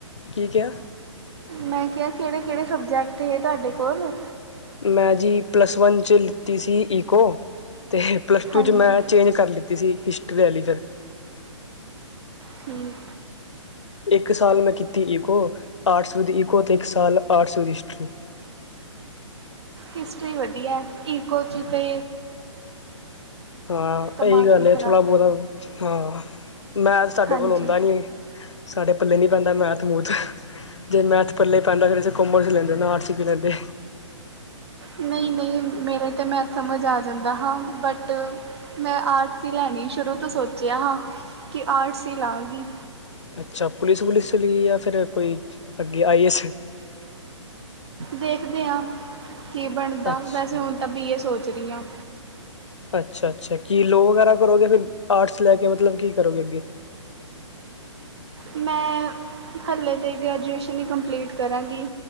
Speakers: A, on the left; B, on the right.
A: ਕੀ ਕਿਆ?
B: ਮੈਂ ਕਿਹਾ ਕਿਹੜੇ- ਕਿਹੜੇ ਸਬਜੈਕਟ ਹੈ ਤੁਹਾਡੇ ਕੋਲ?
A: ਮੈਂ ਜੀ ਪਲੱਸ ਵਨ 'ਚ ਲਿੱਤੀ ਸੀ ਈਕੋ, ਅਤੇ ਪਲੱਸ ਟੂ
B: ਹਾਂਜੀ
A: 'ਚ ਮੈਂ ਚੇਂਜ ਕਰ ਲਿੱਤੀ। ਤੁਸੀਂ ਹਿਸਟਰੀ ਵਾਲ ਲਈ ਫਿਰ।
B: ਠੀਕ
A: ਇੱਕ ਸਾਲ ਮੈਂ ਕੀਤੀ ਈਕੋ ਆਰਟਸ ਵਿਦ ਈਕੋ ਅਤੇ ਇੱਕ ਸਾਲ ਆਰਟਸ ਵਿਦ ਹਿਸਟਰੀ
B: ਹਿਸਟਰੀ ਵਧੀਆ ਈਕੋ 'ਚ ਤੇ
A: ਹਾਂ
B: ਦਿਮਾਗ
A: ਇਹੀ ਗੱਲ
B: ਵੀ
A: ਏ
B: ਖਰਾਬ
A: ਥੋੜ੍ਹਾ ਬਹੁਤਾ ਹਾਂ ਮੈਥ ਸਾਡੇ
B: ਹਾਂਜੀ
A: ਕੋਲੋਂ ਹੋਂਦਾ ਨੀ ਸਾਡੇ ਪੱਲੇ ਨੀ ਪੈਂਦਾ ਮੈਥ ਮੂਥ ਜੇ ਮੈਥ ਪਲੇ ਪੈਂਦਾ ਫਿਰ ਅਸੀਂ ਕੋਮਰਸ ਲੈਂਦੇ ਆਰਟਸ ਕਿਉ ਲੈਂਦੇ
B: ਨਈ ਨਈ ਮੇਰੇ ਤਾਂ ਮੈਂਥ ਸਮਝ ਆ ਜਾਂਦਾ ਹਾਂ ਬਟ ਮੈਂ ਆਰਟਸ ਹੀ ਲੈਣੀ ਸ਼ੁਰੂ ਤੋਂ ਸੋਚਿਆ ਹਾਂ ਕਿ ਹੀ ਆਰਟਸ ਹੀ ਲਾਂਗੀ
A: ਅੱਛਾ ਪੁਲਿਸ ਵੁਲਿਸ ਲੀ ਆ ਜਾਂ ਫਿਰ ਕੋਈ ਅੱਗੇ ਆਈ ਏ ਐਸ
B: ਦੇਖਦੇ ਹਾਂ ਕੀ ਬਣਦਾ
A: ਅੱਛਾ
B: ਵੈਸੇ ਹੁਣ ਤਾਂ ਬੀ ਏ ਸੋਚ ਰਈ ਹਾਂ
A: ਅੱਛਾ ਅੱਛਾ ਕੀ ਲੋਅ ਵਗੈਰਾ ਕਰੋਗੇ ਫਿਰ ਆਰਟਸ ਲੈ ਕੇ ਮਤਲਬ ਕੀ ਕਰੋਗੇ ਅੱਗੇ
B: ਮੈਂ ਹਾਲੇ ਤਾਂ ਗ੍ਰੈਜੂਏਸ਼ਨ ਹੀ ਕੰਪਲੀਟ ਕਰਾਂਗੀ